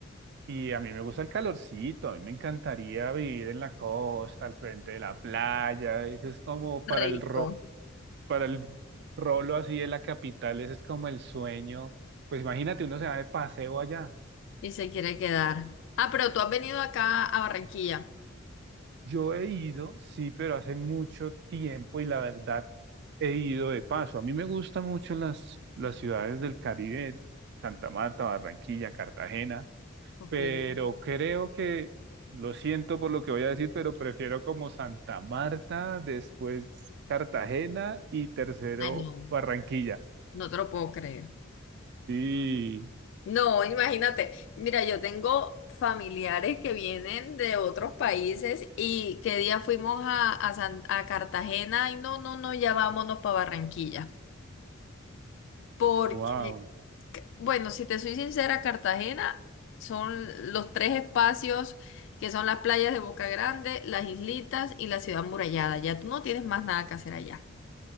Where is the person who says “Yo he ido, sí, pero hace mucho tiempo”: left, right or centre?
Right